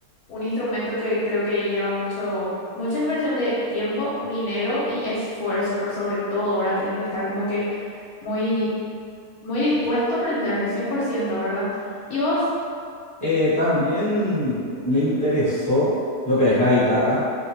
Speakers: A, on the left (about 70°); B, in the centre.
A: un instrumento que creo que lleva mucho, mucha inversión de tiempo, dinero y esfuerzo, por sobre todo. Ahora tenés que estar como que muy, muy dispuesto a aprender, cien por ciento ¿verdad? ¿Y vos
B: Eh, también me interesó lo que es la guitarra,